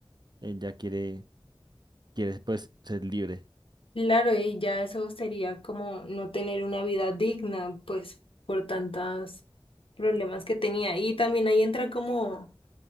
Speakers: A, on the right (about 50°); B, on the left (about 70°).
A: él ya quiere, quiere pues ser libre.
B: Claro, y ya eso sería como no tener una vida digna, pues por tantos problemas que tenía. Y también ahí entra como